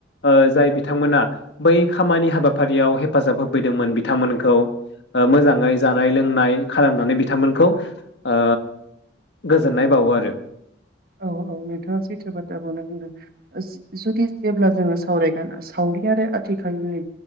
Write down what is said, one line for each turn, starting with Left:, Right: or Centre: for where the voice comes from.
Left: ओ जाय बिथांमोना बै खामानि हाबाफारियाव हेफाजाब होफैदोंमोन बिथांमोनखौ ओ मोजाङै जानाय लोंनाय खालामनानै बिथांमोनखौ ओ गोजोननाय बावो आरो
Right: औ औ नोंथाङा सैथो बात्राखौनो बुंदों <unintelligible> जुदि जेब्ला जोङो सावरायगोन सावरि आरो आथिखालनि